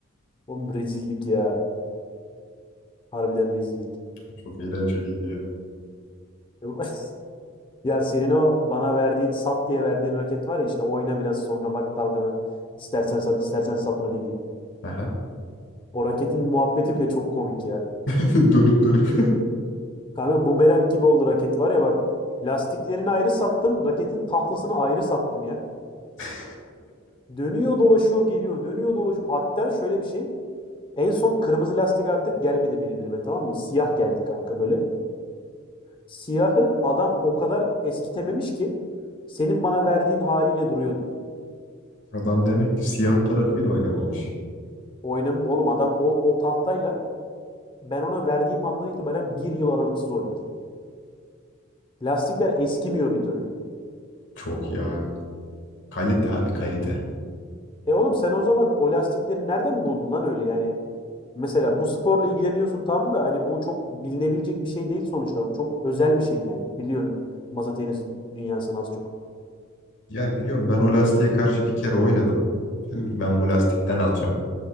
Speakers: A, on the left; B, on the left.
A: Oğlum rezillik ya. Harbiden rezillik.
B: Çok eğlenceliydi ya.
A: <laughs> Ya senin o bana verdiğin sat diye verdiğin raket var ya işte oyna biraz sonra bak dalgana. İstersen sat istersen satma dediğin.
B: Aha.
A: O raketin muhabbeti bile çok komik ya.
B: <laughs> Dönüp dönüp.
A: Kanka bumerang gibi oldu raket var ya bak. Lastiklerini ayrı sattım. Raketin tahtasını ayrı sattım ya.
B: <laughs>
A: Dönüyor dolaşıyor geliyor. Dönüyor dolaşıyor. Hatta şöyle bir şey. En son kırmızı lastik artık gelmedi benim elime tamam mı? Siyah geldi kanka böyle. Siyahı adam o kadar eskitememiş ki senin bana verdiğin haliyle duruyordu.
B: Adam demek ki siyah tarafıyla oynamamış.
A: Oynam oğlum adam o, o tahtayla ben ona verdiğim andan itibaren bir yıl aralıksız oynadı. Lastikler eskimiyor bir türlü.
B: Çok iyi abi. Kalite abi kalite.
A: E oğlum sen o zaman o lastikleri nereden buldun lan öyle yani? Mesela bu sporla ilgileniyorsun tam da hani bu çok bilinebilecek bir şey değil sonuçta. Bu Çok özel bir şey yani. Biliyorsun masa tenisi dünyasını az çok.
B: Ya biliyorum ben o lastiğe karşı bir kere oynadım. Dedim ki ben bu lastikten alacağım.